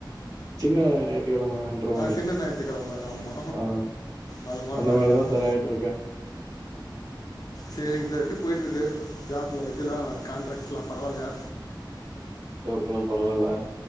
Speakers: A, on the right (about 50°); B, on the left (about 50°).
A: சின்ன ஞாயித்துக்கிழமன்ற மாரி.
B: சின்ன ஞாயிற்றுக்கெழம ஆமா
A: ஆ
B: அது மாதிரதா
A: அந்த மாரி
B: எல்லாத்த
A: தான் சார் ஆயிட்டுருக்கு.
B: சரி சார் எப்டி போயிட்டு இருக்கு ஜாப்ல இதுவெல்லா கான்ட்ராக்ட்ஸ் எல்லா பரவாயில்லயா
A: லாம் பரவாயில்ல